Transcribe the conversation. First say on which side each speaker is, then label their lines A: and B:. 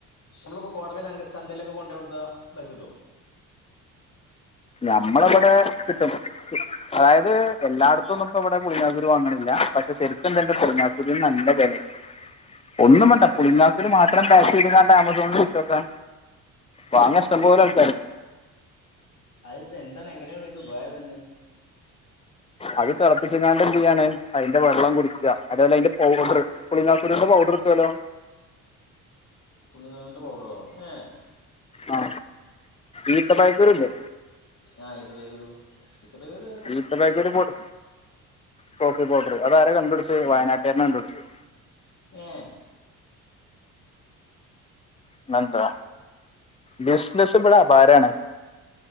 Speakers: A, on the left; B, on the left.
A: നമ്മളിപ്പോ കോടക്കെ ചന്തേലൊക്കെ കൊണ്ട കൊടുത്ത പൈസട്ടോ
B: ഞമ്മളിവിടെ കിട്ടും അതായത് എല്ലാടത്തുംന്നുംപ്പോ ഇവിടെ പുളിങ്ങാക്കുരു വാങ്ങണില്ലാ പക്ഷെ ശെ പുളിങ്ങാക്കുര്ന് നല്ല വെലെ ഒന്നും വേണ്ട
A: അതിപ്പോ
B: പുളിങ്ങാക്കുര്
A: എങ്ങനെയാ
B: മാത്രം പേക്കെയ്ത്ങ്ങാ ആമ സോണിൽ വിറ്റൊക്കെ വാങ്ങ ഇഷ്ട്ടമ്പോലെ
A: ഏ,
B: ആൾക്കാര്ണ്ട്
A: അതിപ്പോ എന്താണ് എങ്ങനെണ് അയ്‌ന്റെ ഉപകാരം വെരണ്
B: അത് തിളപ്പിച്ചങ്ങാണ്ട് എന്തിയ്യാണ് അതിന്റെ വെള്ളം കുടിക്ക അതേപോലെ അയ്ന്റെ പൗഡർ പുളിങാക്കുരുന്റെ പൗഡർ കിട്ടോലോ
A: പുളിങാക്കുരുന്റെ പൌഡറോ ഏഹ്
B: ആ ഈത്തപയക്കൂരുല്ലേ
A: ആ ഈത്തപ്പയക്കുരു ഈത്തപ്പയക്കുരു
B: ഈത്തപ്പയക്കുരു കൊട് കോഫി പൗഡർ അതാര കണ്ടുപിടിച്ചത് വയനാട്ടാരനാ
A: ആ
B: കണ്ടുപിടിച്ചത്
A: ഏ
B: പിന്നെ ന്താ ബിസിനസിപടെ ആഭാരാണ്